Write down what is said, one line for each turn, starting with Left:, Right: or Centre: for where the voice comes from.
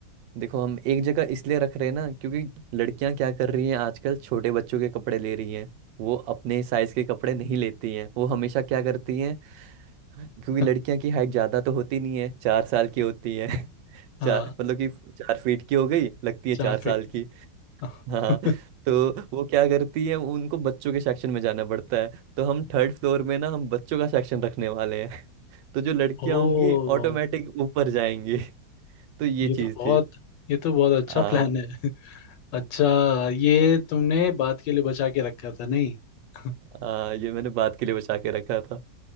Right: देखो हम एक जगह इसलिए रख रहे हैं ना क्योंकि लड़कियां क्या कर रही हैं आजकल छोटे बच्चों के कपड़े ले रही हैं वो अपने साइज के कपड़े नहीं लेती हैं वो हमेशा क्या करती हैं क्योंकि
Left: <laughs>
Right: लड़कियां की हाइट ज्यादा तो होती नहीं है चार साल की होती है <laughs>
Left: हाँ
Right: चार मतलब कि चार फीट की हो गई लगती है
Left: चार
Right: चार साल
Left: फीट
Right: की
Left: <laughs>
Right: हाँ तो वो क्या करती है उनको बच्चों के सेक्शन में जाना पड़ता है तो हम थर्ड फ्लोर में ना हम बच्चों का सेक्शन रखने वाले हैं <laughs> तो जो लड़कियां
Left: ओ
Right: होंगी ऑटोमेटिक ऊपर जाएंगी <laughs> तो ये
Left: ये
Right: चीज
Left: तो बहुत
Right: थी
Left: ये तो बहुत अच्छा
Right: हाँ
Left: प्लान है <laughs> अच्छा ये तुमने बात के लिए बचा के रखा था नहीं <laughs>
Right: आ, ये मैंने बात के लिए बचा के रखा था